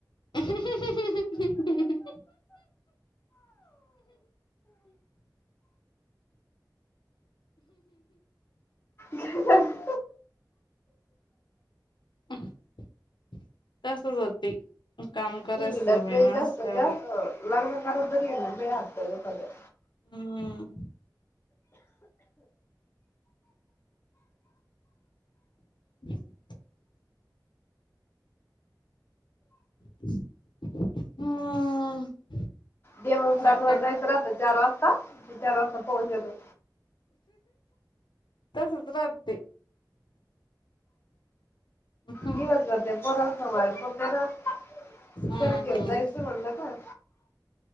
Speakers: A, on the left (about 80°); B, on the left (about 30°).
A: ह्ह्हहहह ह्ह्हहहह
B: ह
A: का हसत होती. काम करायचं
B: मी हिंडत
A: बाई
B: नाही
A: माणसाला
B: जास्त जास्त लग्न करत बरी लय हात पाय दुखत्यात
A: हम्म <inaudible> <inaudible>
B: ते मग फ्लॅट
A: बाकी
B: वर
A: काय?
B: जायचं राहत चार वाजता चार वाजता पाऊस येतो
A: तसच राहत ते. हम्म
B: दिवसभर त्या पोरांला सांभाळायला कोण तरी राहत.
A: हम्म
B: त्याला घेऊन
A: हम्म
B: जायचं म्हणलं का